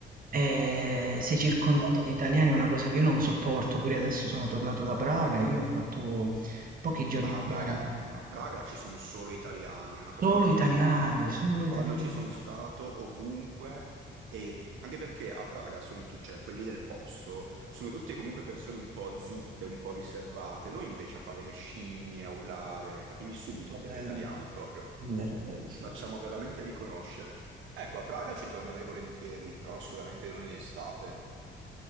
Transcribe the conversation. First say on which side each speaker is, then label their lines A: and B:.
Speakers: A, on the right (about 45°); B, on the right (about 80°).
A: e sei circondato
B: <laughs>
A: di italiani è una cosa che io non sopporto, pure adesso sono tornato da Praga, io ho fatto pochi giorni
B: Madonna,
A: a Praga.
B: a Praga ci sono solo italiani, è una
A: Solo
B: cosa incredibile,
A: italiani,
B: anch'io.
A: solo italiani.
B: Quando ci sono stato, ovunque, e anche perché a Praga sono tu- cioè quelli del posto, sono tutte comunque persone un po' zitte, un po' riservate. Noi invece a fare le scimmie, a urlare, capivi subito
A: È
B: chi
A: vero,
B: era italiano proprio.
A: è vero, è vero,
B: Ci
A: sì.
B: facciamo
A: sì.
B: veramente riconoscere. Ecco, a Praga ci tornerei volentieri, però sicuramente non in estate.